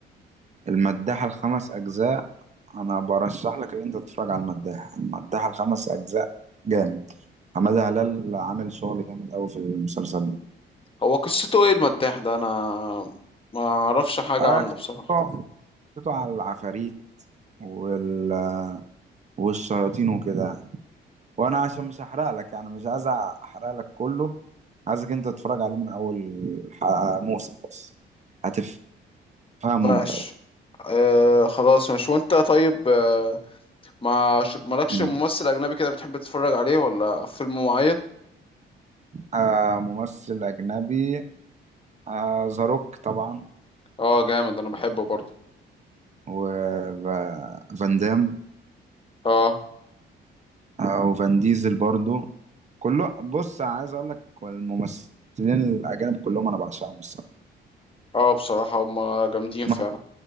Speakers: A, on the right; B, on the left.
A: المداحة الخمس أجزاء أنا برشح لك إن أنت تتفرج على المداحة المداحة الخمس أجزاء جامد حمادة هلال عامل شغل جامد أوي في المسلسل ده
B: هو قصته ايه المداح ده انا ما اعرفش حاجة
A: آه،
B: عنه بصراحة
A: قصته قصته على العفاريت وال والشياطين وكده يعني وأنا عشان مش هحرق لك يعني مش عايز أحرق لك كله عايزك أنت تتفرج عليه من أول ح- موسم بس هتفهمه
B: ماشي
A: أنت بقى
B: آه خلاص ماشي وانت طيب آه، ما ش- مالكش
A: مم.
B: ممثل اجنبي كده بتحب تتفرج عليه ولا في فيلم معين
A: آه ممثل أجنبي آه ذا روك طبعا
B: اه جامد انا بحبه برضه
A: وفان دام
B: اه
A: او فان ديزل برضو كله بص عايز اقول لك الممثلين الاجانب كلهم انا بعشقهم الصراحه
B: اه بصراحة هما جامدين
A: م-
B: فعلا